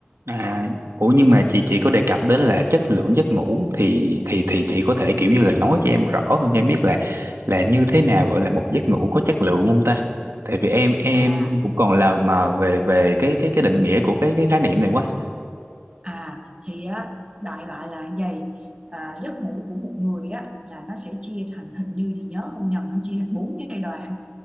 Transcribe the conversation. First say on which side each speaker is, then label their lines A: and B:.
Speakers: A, on the right; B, on the right.
A: à ủa nhưng mà chị chị có đề cập đến là chất lượng giấc ngủ thì thì thì chị có thể kiểu như là nói cho em rõ hơn cho em biết là là như thế nào gọi là một giấc ngủ có chất lượng không ta tại vì em em
B: à
A: cũng còn lờ mờ về về cái cái cái định nghĩa của cái cái khái niệm này quá
B: À thì á, đại loại là như vậy à, giấc ngủ của một người á là nó sẽ chia thành hình như thì nhớ không nhầm nó chia thành bốn giai đoạn